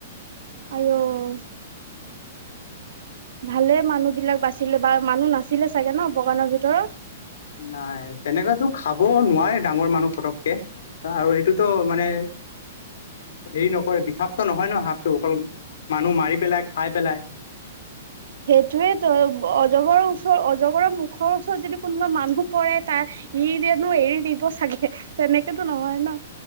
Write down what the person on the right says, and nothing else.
আ' <inaudible> ভালে মানুহ বিলাক বাচিলে বা মানুহ নাছিলে চাগে ন বগানৰ ভিতৰত
সেইটোয়ে ত অজগৰৰ ওচৰত অজগৰৰ মুখৰ ওচৰত যদি কোনোবা মানুহ পৰে তাৰ ই যিয়েনো এৰি দিব চাগে তেনেকেতো নহয় ন